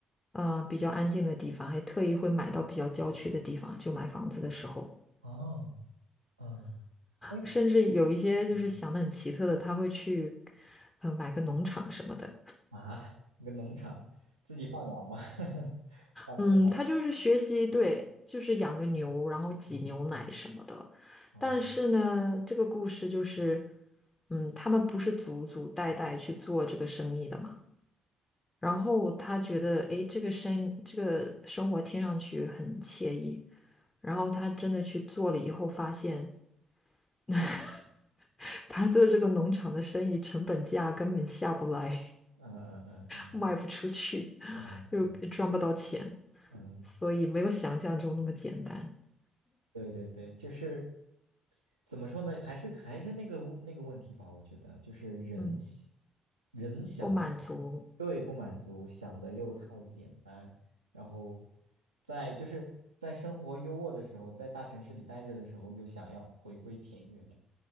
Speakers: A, on the left; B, on the right.
A: 呃比较安静的地方，还特意会买到比较郊区的地方，就买房子的时候，
B: 哦，嗯，哎，
A: 甚至有一些就是想的很奇特的，
B: 嗯
A: 他会去呃买个农场什么的。
B: 啊，一个农场自己放羊吗？<laughs> 放牛放羊？
A: 嗯，他就是学习，对，就是养个牛，然后挤牛奶什么的。
B: 哦，
A: 但是呢，这个故事就是，嗯，他们不是祖祖代代去做这个生意的嘛。然后他觉得，诶，这个生这个生活听上去很惬意。然后他真的去做了以后，发现 <laughs> 他做这个农场的生意成本价根本下不来。
B: 嗯嗯嗯嗯
A: 卖不出去，<laughs>
B: 嗯嗯
A: 就也赚不到钱，
B: 嗯，
A: 所以没有想象中那么简单。
B: 对对对，就是怎么说呢，还是还是那个问那个问题吧，我觉得就是人喜
A: 嗯，
B: 人想的太
A: 不满足，
B: 对不满足，想的又太简单，然后在就是在生活优渥的时候，在大城市里待着的时候，又想要回归田园，